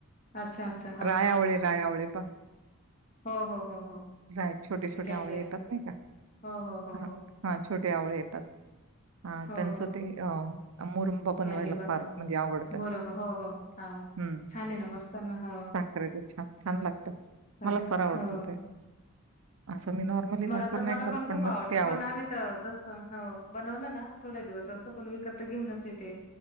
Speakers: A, on the left; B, on the right.
A: अच्छा अच्छा हो
B: राय
A: हो
B: आवळे
A: हो
B: राय आवळे पा
A: हो हो हो हो.
B: राईट, छोटे
A: ते
B: छोटे
A: कॅनडी
B: आवळे
A: असतात
B: येतात नाही का,
A: हो हो हो
B: ह
A: हो
B: हा छोटे आवळे येतात. हा
A: हो
B: त्यांचं
A: हो हो
B: ते, अ मुरंबा बनवायला
A: कॅन्डी बनवून
B: फार म्हणजे आवडतं.
A: मोरंबा हो हो हाव
B: हम्म,,
A: छान आहे ना मस्त ना हो
B: साखरेचं छान छान लागतं,
A: साखर
B: मला फार आवडतं
A: हो
B: ते. असं मी नॉर्मली साखर
A: मला तर
B: नाही
A: मला
B: खात,
A: पण खूप
B: मग
A: आवडतं
B: ते
A: पण आम्ही तर हो बनवलं ना, थोड्या दिवस असतो पण विकत तर घेऊनच येते.